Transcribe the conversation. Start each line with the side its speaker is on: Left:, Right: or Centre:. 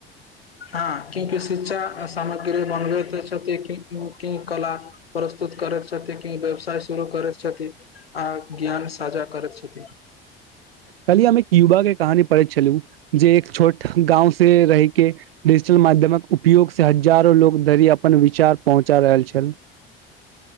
Left: हँ क्यूंकि शिक्षा सामग्री बनबैत छथिन कला प्रस्तुत करैत छथिन क व्यवसाय शुरू करैत छथिन आ ज्ञान साझा करैत छथिन।
Right: कहलियै हम एक युवा के कहानी पढ़ैत छलहु जे एक छोट गाँंव से रहिके डिजिटल माध्यमक उपयोग से हजारो लोग धरि अपन विचार पहुँचा रहल छल